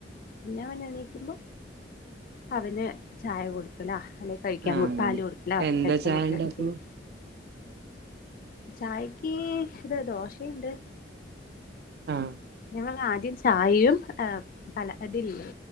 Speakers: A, on the left (about 50°); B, on the right (about 55°).
A: പിന്നെ അവന് എണീക്കുമ്പോ അവന് ചായ കൊടുക്കല അല്ലെ കഴിക്കാൻ
B: ആഹ്
A: കൊട്
B: അങ്ങനെ
A: പാല് കൊടുക്കലോ
B: എന്താ
A: കഴിക്കാൻ
B: ചായണ്ടാക്ക്ണു
A: കൊടുക്കലൊക്കെ ചെയ്യും ചായക്കീ ഇത് ദോശയുണ്ട്
B: ആഹ്
A: മ്മള് ആദ്യം ഛായയും എ പല അതില്ലേ